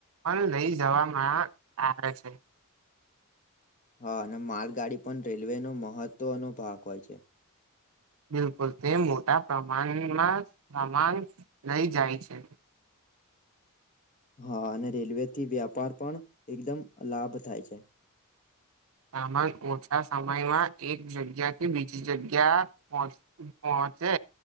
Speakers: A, on the right; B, on the left.
A: પણ લઈ જવામાં આવે છે.
B: હા અને માલગાડી પણ રેલવેનો મહત્વનો ભાગ હોય છે.
A: બિલકુલ, તે મોટા પ્રમાણમાં સામાન લઈ જાય છે. <inaudible>
B: હા, અને રેલ્વેથી વ્યાપાર પણ એકદમ લાભ થાય છે.
A: સામાન ઓછા સમયમાં એક જગ્યાથી બીજી જગ્યા પોચ પો ચે